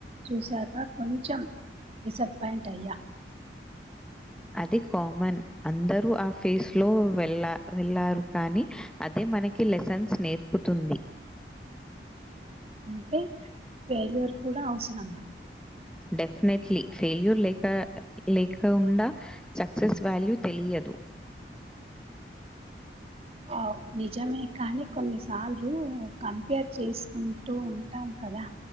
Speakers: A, on the right (about 35°); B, in the centre.
A: చూసాక కొంచెం డిసప్పాయింట్ అయ్యా
B: అది కామన్ అందరూ ఆ ఫేస్లో వెల్ వెళ్ళారు కానీ అది మనకి లెసన్స్ నేర్పుతుంది
A: అంటే ఫెయిల్యూర్ కూడా అవసరం
B: డెఫినెట్లీ ఫెయిల్యూర్ లేక లేకుండా సక్సెస్ వాల్యూ తెలియదు
A: ఆ నిజమే కానీ కొన్నిసార్లు కంపేర్ చేసుకుంటూ ఉంటాం కదా